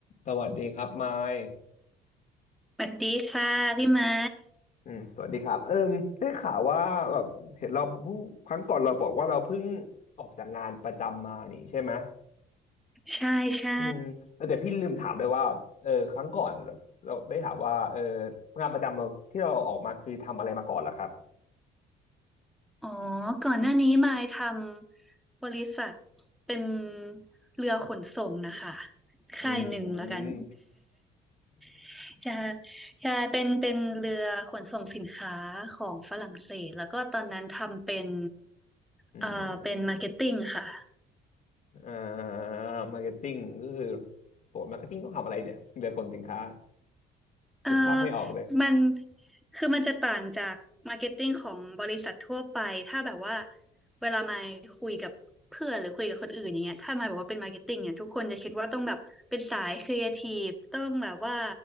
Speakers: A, on the left; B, in the centre.
A: สวัสดีครับไมค์
B: สวัสดีค่ะพี่ไม้
A: อืมสวัสดีครับเอิ่มได้ข่าวว่าแบบเห็นเราเพิ่งครั้งก่อนเราบอกว่าเราเพิ่งออกจากงานประจำมานี่ใช่ไหม
B: ใช่ใช่
A: อืมแล้วแต่พี่ลืมถามเลยว่าเออครั้งก่อนเราเราได้ถามว่าเอองานประจำเราที่เราออกมาคือทำอะไรมาก่อนเหรอครับ
B: อ๋อก่อนหน้านี้ไม้ทำบริษัทเป็นเรือขนส่งนะคะค่ายหนึ่งแล้วกัน
A: อืม
B: <laughs> ใช่ใช่เป็นเป็นเรือขนส่งสินค้าของฝรั่งเศสแล้วก็ตอนนั้นทำเป็น
A: อื
B: เอ่อเป็นมาร์เก็ตติ้งค่ะ
A: มอ่ามาร์เก็ตติ้งก็คือโหมาร์เก็ตติ้งต้องทำอะไรเนี่ยเดือคนสินค้า
B: เออ
A: นึกภาพไม่ออกเลย
B: มัน คือมันจะต่างจาก มาร์เก็ตติ้งของบริษัททั่วไปถ้าแบบว่า เวลามาคุยกับเพื่อนหรือคุยกับคนอื่นอย่างเงี้ยถ้ามาบอกว่าเป็นมาร์เก็ตติ้งเนี่ยทุกคนจะคิดว่าต้องแบบ เป็นสายครีเอทีฟต้องแบบว่า